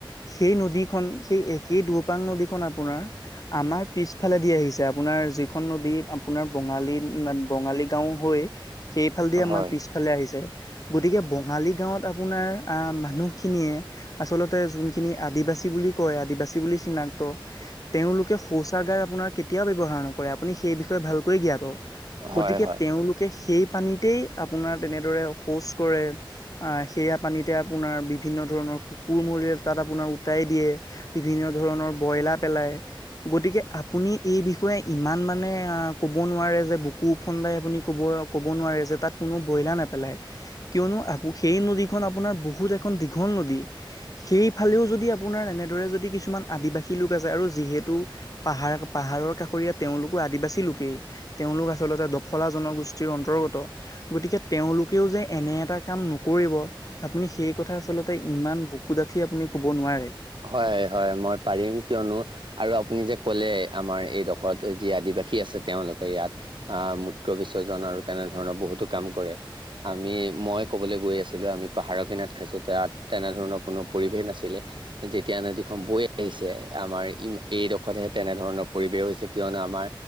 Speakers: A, on the left; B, on the right.
A: সেই নদীখন সেই একে দুপাং নদীখন আপোনাৰ। আমাৰ পিছালে নি আহিছে। আপোনাৰ যিখন নদী আপোনাৰ বঙালী বঙালী গাও হৈ সেইফালদি
B: হয়
A: আমাৰ পিছফালে আহিছে। গতিকে বঙালী গাঁৱত আপোনাৰ আহ মানুহখিনিয়ে আচলতে যোনখিনি আদিবাসী বুলি কয় আদিবাসী বুলি চিনাক্ত তেওঁলোকে শৌচাগাৰ কেতিয়াও ব্যয়ৱহাৰ নক আপুনি সেই বিষয়ে ভালকৈ জ্ঞাত
B: হয়
A: গতিকে
B: হয়
A: তেওঁলোকে সেই পানীতেই আপোনাৰ তেনেদৰে শৌচ কৰে সেয়া পানীতে আপোনাৰ বিভিন্ন ধৰণৰ কাপোৰ মৰিলে তাত আপোনাৰ উটাই দিয়ে বিভিন্ন ধৰণৰ ব্ৰইলাৰ পেলাই। গতিকে আপুনি এই বিষয়ে ইমান মানে আহ ক'ব নোৱাৰে যে বুকুফন্দাই আপুনি ক'ব কব নোৱাৰে যে তাত কোনো বইলাৰ নেপেলাই কিয় নো সেই নদীখন আপোনাৰ বহু ঘল নদী সেইফালেও যদি আপোনাৰ এনেদৰে যদি কিছুমান আদিবাসী লোক আছে আৰু যিহেতু পাহাৰ ত পাহাৰৰ কাষৰীয়া তেওঁলোকো আদিবাসী লোকেই, তেওঁলোক আচলতে দফলা জনগোষ্ঠীৰ অন্তৰ্গত গতিকে তেওঁলোকেও যে এনে এটা কাম নকৰিব আপুনি সেই কথা আচলতে ইমান বুকু দাঠি আপুনি ক'ব নোৱাৰে।
B: হয় হয় হয় মই পাৰিম কিয়নো আৰু আপুনি যে ক'লে আমাৰ এইডোখৰত জীয় দিব বাসী আছে তেওঁলোকে ইয়াত মূত্ৰ বিসৰ্জন আৰু তেনেধৰণৰ বহুতো কাম কৰে, আমি মই ক'বলৈ গৈ আছিলো আমি পাহাৰৰ কিনাত খাইছো তাত তেনেধৰণৰ কোনো পৰিবেশ নাছিলে। যেতিয়া নদীখন বৈ আহিছে আমাৰ ই এইডোখৰতহে তেনেধৰণৰ পৰিৱেশ হৈছে কিয়নো আমাৰ